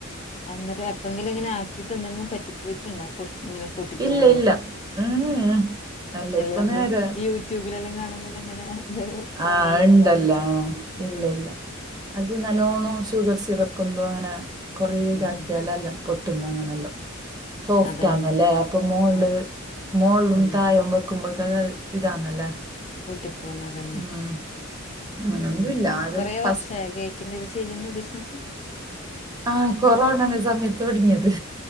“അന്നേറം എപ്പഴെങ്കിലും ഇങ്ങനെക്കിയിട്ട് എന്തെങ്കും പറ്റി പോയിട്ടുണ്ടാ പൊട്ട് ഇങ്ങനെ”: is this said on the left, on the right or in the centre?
Left